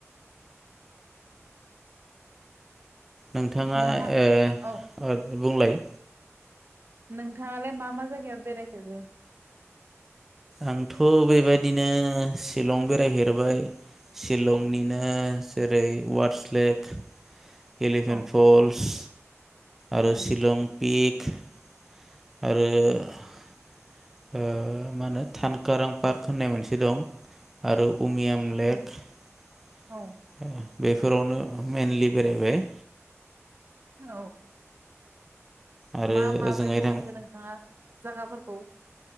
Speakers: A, in the centre; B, on the right (about 50°).
A: नोंथाङा
B: नोंथां
A: ओ
B: औ
A: ओ बुंलाय
B: नोंथाङालाय मा मा जायगायाव बेरायफेरखो?
A: आंथ' बेबायदिनो सिलं बेरायफेरबाय सिलंनिनो जेरै- वार्स लेक इलेफेन्ट
B: औ
A: फलस आरो
B: औ
A: सिलं पिक आरो ओ मा होनो थानकारां पार्क होननाय मोनसे दं आरो उमियाम लेक
B: औ
A: ओ
B: औ
A: बेफोरावनो मेनलि बेरायबाय
B: औ
A: आरो
B: मा माबायदि
A: ओजोंहाय थां
B: मोनखो नोंथाङा जागाफोर खौ